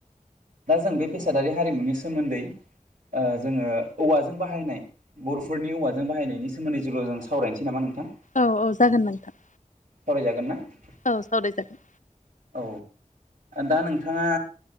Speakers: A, on the right; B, on the left.
A: दा जों बे बेसादारि हारिमुनि सोमोन्दै ओ जोङो औवाजों बाहायनाय बरफोरनि औवाजों बाहायनायनि सोमोन्दै जोंल जों सावरायनोसै नामा नोंथां?
B: औ-औ जागोन नोंथां।
A: सावराय जागोन। जागोन ना?
B: औ सावराय जागोन।
A: औ। दा नोंथाङा